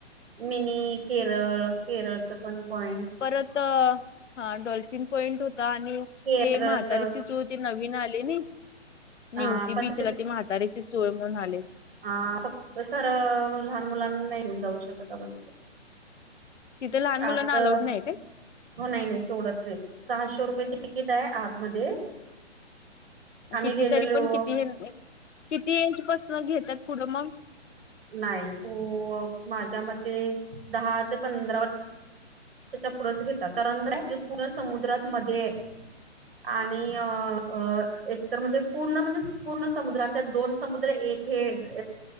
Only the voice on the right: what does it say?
मिनी केरळ केरळचं पण पॉइंट
केरळच
अ
पण
आ फक्त खरं लहान मुलांना नाही, घेऊन जाऊ शकत आपण तिथं
आत
हो नाही नाही सोडत नाही सहाशे रुपये तिकीट आहे आतमध्ये आम्ही
गेलेलो
नाही हो माझ्या मते दहा ते पंधरा वर्ष च्या पुढंच घेतात कारण ते पूर्ण समुद्रात मध्ये आणि अं अ एकतर म्हणजे पूर्ण म्हणजे पूर्ण समुद्र आणि त्यात दोन समुद्र एक हेज